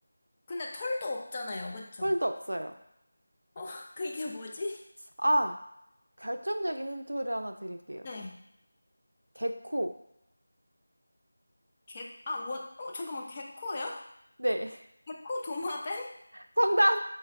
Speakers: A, on the left; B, on the right.
A: 근데 털도 없잖아요, 그쵸?
B: 털도 없어요.
A: 어, <laughs> 그 이게 뭐지?
B: 아, 결정적인 힌트를 하나 드릴게요.
A: 네.
B: 개코.
A: 개, 아, 원, 어, 잠깐만, 개코예요?
B: 네.
A: 개코 도마뱀?
B: <laughs> 정답,